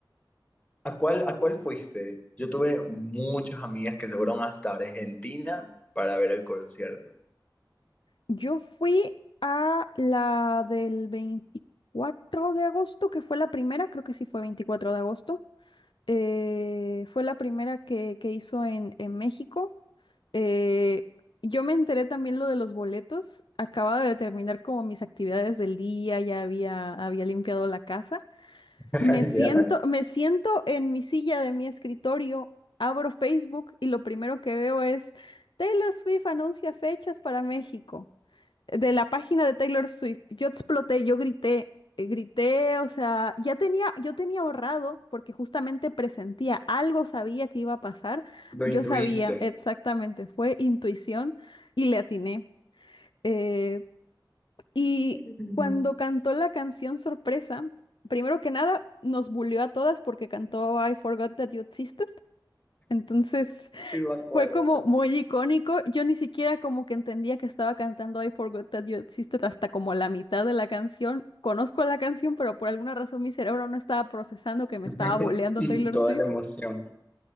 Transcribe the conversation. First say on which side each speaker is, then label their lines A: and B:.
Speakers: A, on the left (about 15°); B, on the left (about 85°).
A: ¿A cuál, a cuál fuiste? Yo tuve muchas amigas que se fueron hasta Argentina para ver el concierto.
B: Yo fui a la del 24 de agosto, que fue la primera, creo que sí fue 24 de agosto. eh, fue la primera que, que hizo en, en México. Eh, yo me enteré también lo de los boletos. Acababa de terminar como mis actividades del día, ya había, había limpiado la casa.
A: <laughs>
B: Me siento,
A: Ya,
B: me siento en mi silla de mi escritorio, abro Facebook y lo primero que veo es Taylor Swift anuncia fechas para México de la página de Taylor Swift. Yo exploté, yo grité, eh, grité, o sea, ya tenía, yo tenía ahorrado porque justamente presentía algo, sabía que iba a pasar.
A: Lo
B: Yo
A: intuiste.
B: sabía exactamente, fue intuición y le atiné. Eh, y
A: sí
B: cuando cantó la canción Sorpresa, primero que nada, nos bulió a todas porque cantó I Forgot That You Existed. Entonces,
A: me acuerdo,
B: fue como
A: o sea,
B: muy icónico. Yo ni siquiera como que entendía que estaba cantando I Forgot That You Existed hasta como la mitad de la canción. Conozco la canción, pero por alguna razón mi cerebro no estaba procesando que me
A: <laughs>
B: estaba boleando Taylor
A: toda
B: Swift.
A: la emoción.